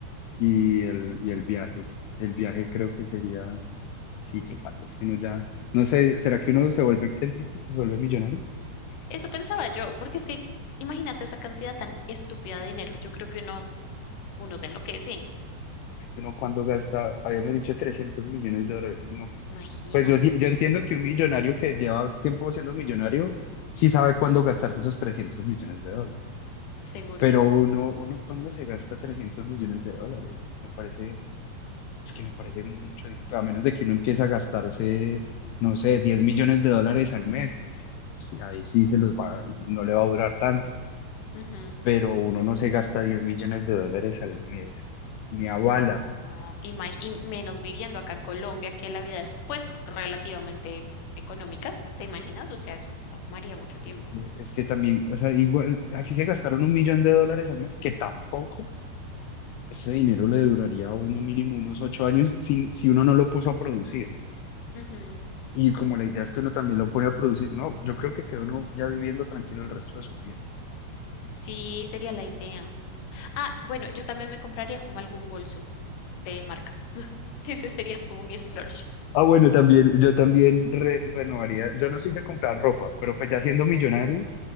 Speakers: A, on the left (about 85°); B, on the left (about 65°).
A: y el, y el viaje. El viaje creo que sería, sí, claro, si uno ya, no sé, ¿será que uno se vuelve excéntrico si se vuelve millonario?
B: Eso pensaba yo, porque es que imagínate esa cantidad tan estúpida de dinero. Yo creo que uno, uno se enloquece.
A: Es que uno cuando gasta, habíamos dicho 300 millones de dólares, no.
B: Imagínate,
A: Pues yo sí, yo entiendo que un millonario que lleva tiempo siendo millonario, sí sabe cuándo gastarse esos 300 millones de dólares.
B: seguro.
A: Pero uno, uno cuando se gasta 300 millones de dólares, me parece, es que me parece mucho dinero, Pues, a menos de que uno empiece a gastarse, no sé, 10 millones de dólares al mes, pues sí, ahí sí se los va, no le va a durar tanto,
B: Ujú.
A: pero uno no se gasta 10 millones de dólares al mes, ni a bala.
B: No, ima- y menos viviendo acá en Colombia, que la vida es pues relativamente económica, ¿te imaginas? O sea, eso tomaría mucho
A: Pues
B: tiempo.
A: Es que, es que también, o sea, igual, así se gastaron un millón de dólares al mes, que tampoco ese dinero le duraría a uno mínimo unos ocho años si, si uno no lo puso a producir.
B: Ujú.
A: Y como la idea es que uno también lo pone a producir, no, yo creo que queda uno ya viviendo tranquilo el resto de su vida.
B: Sí, sería la idea. Ah, bueno, yo también me compraría como algún bolso de marca. <laughs> Ese sería como mi splurge.
A: Ah, bueno, también, yo también re- renovaría, yo no soy de comprar ropa, pero pues ya siendo millonario,